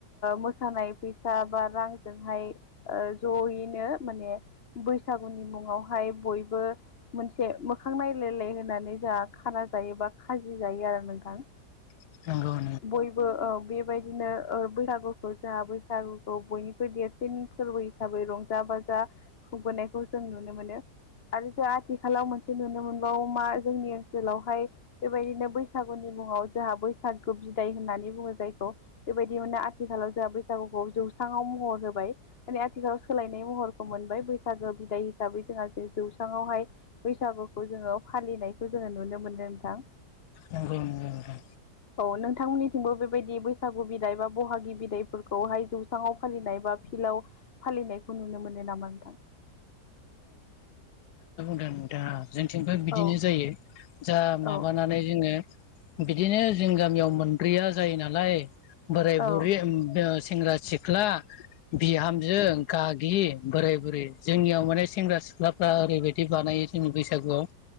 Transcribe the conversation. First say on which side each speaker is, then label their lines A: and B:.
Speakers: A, on the left (about 40°); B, on the left (about 75°).
A: मोसानाय फैसा बा रांजोंहाय जयैनो माने बैसागुनि मुङावहाय बयबो मोनसे मोखां नायलायलाय होनानै जोंहा खाना जायोबा खाजि जायो आरो नोंथां
B: नंगौ
A: बयबो बे बेबायदिनो बैसागुखौ जोंहा बैसागुखौ बयनिख्रइ देरसिन फोरबो हिसाबै रंजा बाजा दा खुंबोनायखौ जों नुनो मोनो आरो जों आथिखालाव मोनसे नुनो मोनबावो मा जोंनि ओनसोलावहाय बेबायदिनो बैसागुनि मुङाव जोंहा बैसागु बिदाय होननानै बुङो जायखौ बेबायदिनोनो आथिखाल। जोंहा बैसागुखौ जौस्रङाव महर होबाय माने आथिखालाव सोलायनाय महरखौ मोनबाय बैसागो बिदाय। हिसाबै जोंहा जे जौस्राङावहाय बैसागुखौ जोङो फालिनायखौ जोङो नुनो मोनो नोंथां।
B: नंगौ नंगौ।
A: औ नोंथांमोननिथिंबो बेबायदि बैसागु बिदाय बा बहागि बिदायफोरखौहाय जौस्राङाव फालिनाय बा फिलआव फालिनायखौ नुनो मोनो नामा नोंथां।
B: दा जोंथिंबो बिदिनो
A: औ
B: जायो जा माबानानै
A: औ
B: जोङो। बिदिनो जों गामियाव मोनब्रैया जायो नालाय बोराय-बुरि
A: औ
B: सेंग्रा सिख्ला बिहामजो गागि बोराय-बुरै जोंनियाव माने सेंग्रा सिख्लाफ्रा ओरैबायदि बानायो जोंनि बैसागुआव